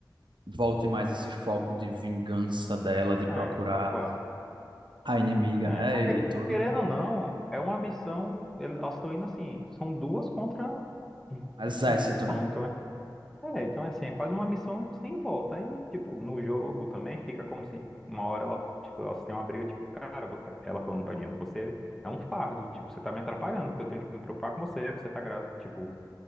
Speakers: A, on the right; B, in the centre.
A: volte mais esse foco de vingança dela, de procurar
B: É, provável.
A: a inimiga,
B: É,
A: né?
B: porque,
A: E, e tudo.
B: querendo ou não, é uma missão. ele- Elas estão indo assim, são duas contra um
A: Exército,
B: um grupão.
A: né?
B: Então, é, é, então é assim, é quase uma missão sem volta. Aí, tipo, no jogo também fica como se uma hora ela, tipo, elas têm uma briga, tipo, cara, vo- ela falando pra Dina, você é um fardo, tipo, você tá me atrapalhando, porque eu tenho que me preocupar com você, você tá grávida, tipo,